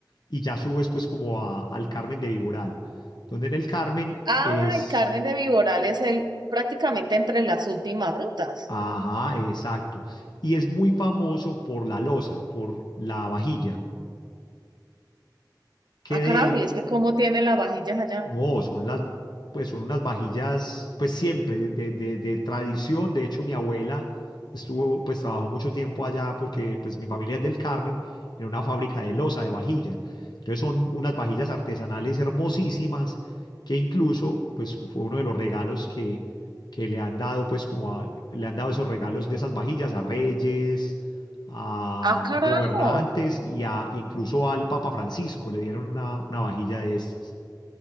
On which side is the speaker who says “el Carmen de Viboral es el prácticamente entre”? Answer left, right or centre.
Right